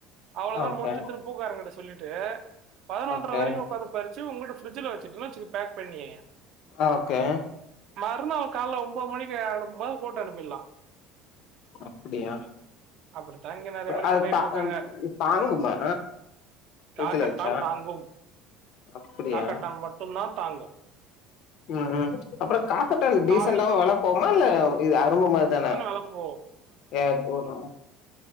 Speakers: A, on the right; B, on the left.
A: அவ்வளோதா
B: ஓகே
A: முஞ்சு திரும்ப பூக்காரங்கிட்ட சொல்லிட்டு பதினொன்றர
B: ஓகே
A: வரைக்கு உக்காந்து பறிச்சு உங்களிட்ட ஃபிரிஜ்ல வச்சுட்டனு வச்சுக்க பேக் பண்ணி
B: ஓகே
A: மறுநாள் கால்ல ஒம்போது மணிக்கு அனுப்பும்போது அத போட்டு அனுப்பீர்லா
B: அப்டியா
A: அப்படித்தான் இங்க நெறைய பேர்
B: அது
A: பண்ணிட்டு
B: தா
A: இருக்காங்க.
B: தாங்குமா ஃப்ரிட்ஜ்ல
A: காக்கட்டான்
B: வச்சா
A: தாங்கும்
B: அப்டியா
A: காக்கட்டான் மட்டுந்தான் தாங்கு
B: ம் ம் அப்றோ காக்கட்டான் டீசண்டாவு‌
A: காலேஜ்
B: வெலப்போவுமா இல்ல இது அரும்பு மாரி தானா
A: வெலப்போவு
B: ஏர் போனு